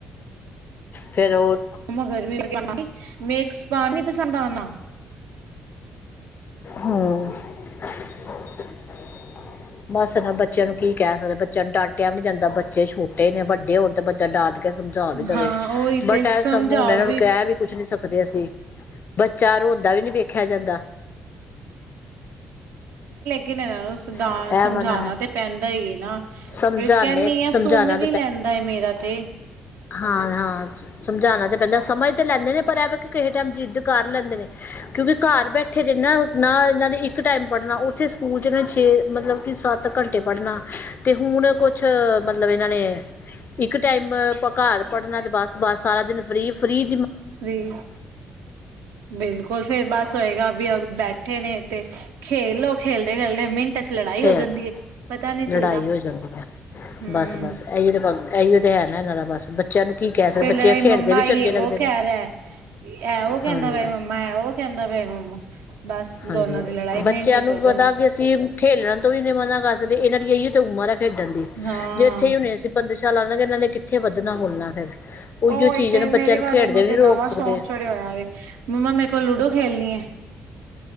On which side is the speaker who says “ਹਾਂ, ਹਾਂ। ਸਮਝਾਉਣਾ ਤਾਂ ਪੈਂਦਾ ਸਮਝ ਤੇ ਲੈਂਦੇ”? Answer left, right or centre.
Left